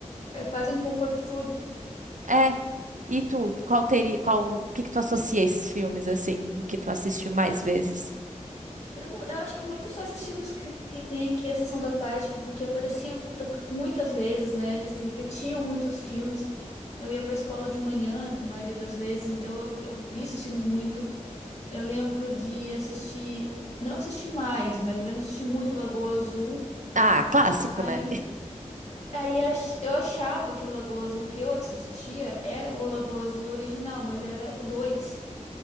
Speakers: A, on the left; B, on the right.
A: é quase um comfort food.
B: É. E tu, qual teria, qual, o que que tu associa a esses filmes assim que tu assiste mais vezes?
A: Eu, não, eu acho que muito só esses filmes que, que, tem aqui, a Sessão da Tarde, que, porque aparecia toca- muitas vezes, né? Eles repetiam muitos filmes. Eu ia pra escola de manhã, na maioria das vezes, então eu, eu vi esses filmes muito. Eu lembro de assistir, não assisti mais, mas lembro de assistir muito Lagoa Azul.
B: Ah, clássico,
A: Aí
B: né?
A: Aí ach- eu achava que o Lagoa Azul que eu assistia era o Lagoa Azul original, mas era o 2.